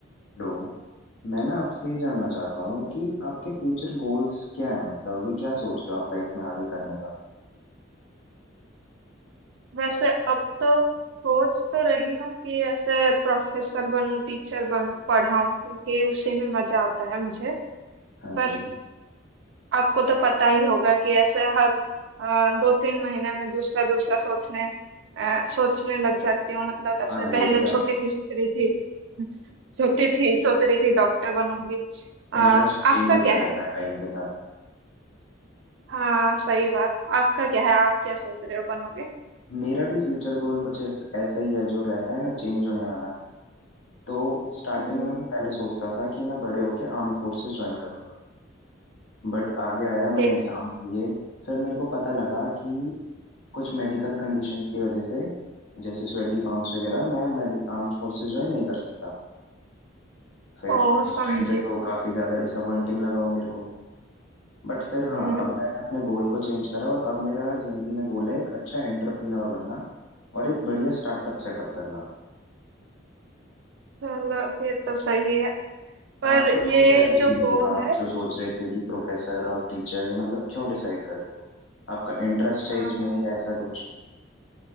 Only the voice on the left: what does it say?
Hello मैं ना आपसे ये जानना चाहता हूँ कि आपके फ्यूचर गोल्स क्या है मतलब अभी क्या सोच रहे हो आप लाइफ में आगे करने का
हाँ
जी
हाँ
ये तो
है
इंटरेस्ट
चेंज होता
रहता
है टाइम के साथ
मेरा भी फ्यूचर गोल कुछ ऐस- ऐसा ही है जो रहता है ना चेंज होने वाला तो स्टार्टिंग
में मैं पहले सोचता था कि मैं बड़े होके आर्म्ड फोर्सेस ज्वाइन करूंगा बट आगे आया मैंने
एग्जाम्स दिए फिर मेरे को पता लगा कि कुछ मेडिकल कंडीशंस की वजह से जैसे स्वेटी palms वगैरह मैं आर्म्ड फोर्सेस ज्वाइन नहीं कर सकता फिर
उस
टाइम पे तो काफी ज्यादा डिसअपॉइंटिंग लगा वो मेरे को बट फिर हाँ
अब मैंने अपने गोल को चेंज करा और अब मेरा जिंदगी में गोल है एक अच्छा एंटरप्रेन्योर बनना और एक बढ़िया स्टार्टअप सेटअप करना
आपका
गोल कैसे चेंज
हुआ आप
जो सोच रहे थे कि प्रोफेसर और टीचर ये मतलब क्यों डिसाइड करते हो आपका इंटरेस्ट है
इसमें या ऐसा कुछ